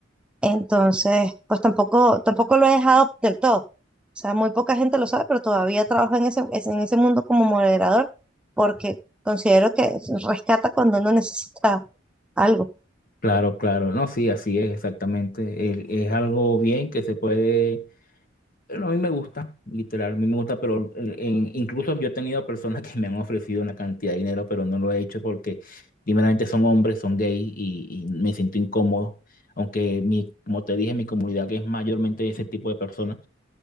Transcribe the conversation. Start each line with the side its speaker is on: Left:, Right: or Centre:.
Centre: entonces, pues tampoco, tampoco lo he dejado del todo. O sea, muy poca gente lo sabe, pero todavía trabajo en ese, es- en ese mundo como moderador porque considero que rescata cuando uno necesita algo.
Left: Claro, claro. No, sí, así es exactamente. Es, es algo bien que se puede Pero a mí me gusta, literal, a mí me gusta, pero en- en- incluso yo he tenido personas que me han ofrecido una cantidad de dinero, pero no lo he hecho porque primeramente son hombres, son gays y, y me siento incómodo, aunque mi, como te dije, mi comunidad que es mayormente de ese tipo de personas,